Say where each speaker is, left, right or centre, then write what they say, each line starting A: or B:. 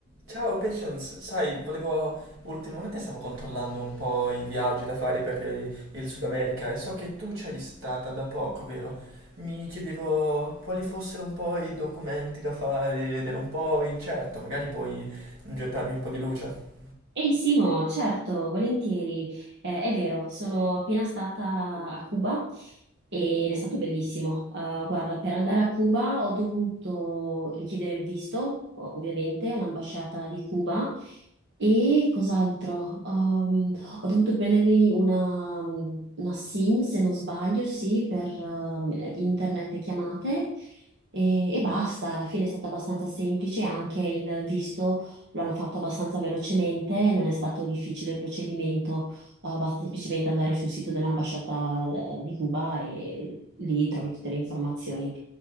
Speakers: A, on the right; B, on the right.
A: Ciao Patience, sai, volevo, ultimamente stavo controllando un po' i viaggi da fare per eh, il Sud America e so che tu c'eri stata da poco, vero? Mi chiedevo quali fossero un po' i documenti da fare ed ero un po' incerto, magari puoi gettarmi un po' di luce.
B: Ehi Simo, certo, volentieri. Eh, è vero, sono appena stata a Cuba ed è stato bellissimo. Eh, guarda, per andare a Cuba ho dovuto richiedere il visto, o- ovviamente, all'ambasciata di Cuba. E cos'altro? Um, ho dovuto prendermi una, una SIM, se non sbaglio, sì, per um, internet e chiamate. E, e basta, alla fine è stato abbastanza semplice anche il visto lo hanno fatto abbastanza velocemente, non è stato difficile il procedimento, eh, basta semplicemente andare sul sito dell'ambasciata eh, di Cuba e lì trovi tutte le informazioni.